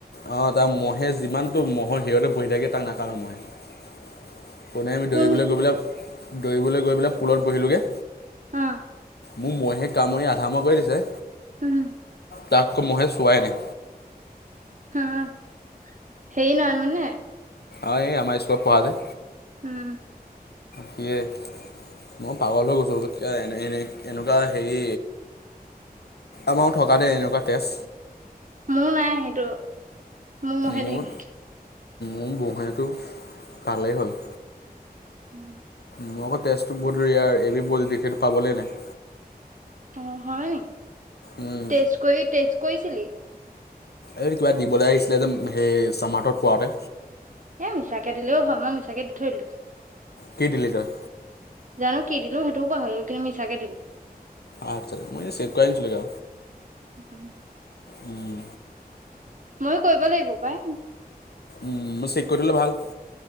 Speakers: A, on the left (about 80°); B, on the right (about 50°).
A: অহ' তাৰ মহে যিমানটো মহ'ৰ হেতে বহি থাকে তাক নাকামোৰে মহে। কোনে আমি
B: কোন
A: দৌৰিবলৈ গৈ পেলাই, দৌৰিবলৈ গৈ পেলাই পুলত পঢ়িলোগে।
B: অহ'।
A: মোক মহে কামুৰি আধা মৰা কৰি দিছে।
B: উম'।
A: তাককো মহে চোৱাই নাই।
B: অহ' সেই নহয় মানে।
A: অহ' এক আমাৰ স্কুলত পঢ়া যে।
B: উম'।
A: সেয়েই। মই পাগল হৈ গৈছোঁ, এতিয়া এনে এনে এনেকুৱা হেৰি। আমাৰো থকা দেই এনেকুৱা তেজ।
B: মোৰ নাই সেইটো, মোক মহে
A: মোৰ
B: ধেৰ খাই।
A: মোৰ মহেটো পালেই হ'ল।
B: উম'।
A: মোৰ আকৌ টেষ্টটো বহুত ৰিয়িৰ এ বি পজিটিভ সেইটো পাবলৈই নাই।
B: অহ' হয়
A: উম
B: টেষ্ট কৰি টেষ্ট কৰিছিলি নেকি।
A: এই কিবা দিবলৈ আহিছিলে যে সেই ছামাৰ্টত পোৱাতে।
B: এ মিছাকে দিলেও হয়, মই মিছাকে দি থৈলো।
A: কি দিলি তই।
B: জানো কি দিলো, সেইটোও পাহৰিলো কিন্তু মিছাকে দিলো।
A: আচ্ছা মই যে চেক কৰাই আনিছিলোঁ গা
B: আমি।
A: উম'।
B: ময়ো কৰিব লাগিব পাই।
A: উম' মই চেক কৰি থলো ভাল।